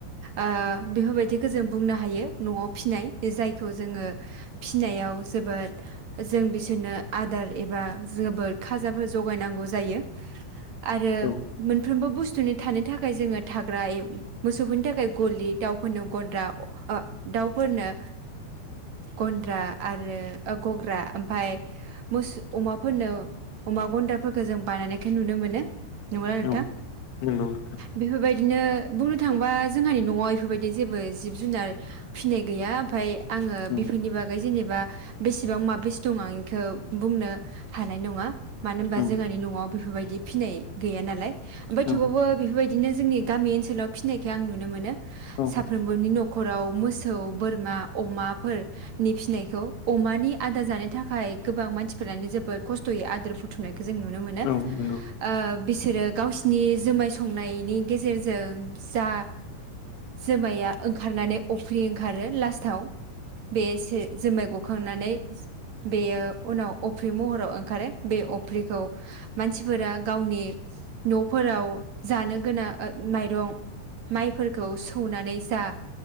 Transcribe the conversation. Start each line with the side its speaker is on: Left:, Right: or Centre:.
Right: आ बेफोरबायदि खो जों बुंनो हायो न'आव फिनाय जायखौ जोङो फिनायाव जोबोद जों बिसोरनो आदार एबा जोबोद खाजाफोर जगायनांगौ जायो। आरो
Left: औ
Right: मोनफ्रोमबो बुस्थ थुनि थानो थाखाय जोङो थाग्रा ए मोसौफोरनि थाखाय गलि दाउफोरनो गन्द्रा आ दाउफोरनो ओ- गन्द्रा आरो ओ-गग्रा ओमफाय मोस अमाफोरनो अमा गन्द्राफोरखौ जों बानायनायखाय नुनो मोनो। नोंगौना नोंथां
Left: औ नंगौ नोंथां
Right: बेफोरबाय दिनो बुंनो थांबा जोंहानि न'आव इफोरबायदि जेबो जिब जुनार फिनाय गैया ओमफाय आङो
Left: औ
Right: बि बागै जेनेबा बेसेबां माबेसे दं आं बेखौ बुंनो हानाय नङा मानो होनबा
Left: औ
Right: जोंहानि न'आव बेफोरबायदि फिनाय गैया नालाय। ओमफाय थेवबावबो
Left: औ
Right: बेफोरबाय बिदिनो जोंनि गामि ओनसोलाव फिनायखो आं नुनो मोनो।
Left: औ
Right: साफ्रोमबोनि न' ख'राव मोसौ बोरमा अमाफोर। नि फिनायखौ अमानि आदार जानो थाखाय गोबां मानसिफोरानो जोबोद खस्थ'यै आदार बुथुमनाय खो जों नुनो मोनो
Left: औ नंगौ
Right: ओ बिसोरो गावसि नि जुमाय संनायनि गेजेरजों जा जोमाया ओंखारनानै अफ्रि ओंखारो लास्ट थाउ बे से जोमाइ गखांनानै बेयो उनाव अफ्रि महराव ओंखारो बे अफ्रिखौ मानसिफोरा गावनि न'फोराव जानो गोना ओ माइरं माइफोरखौ सौनानै जा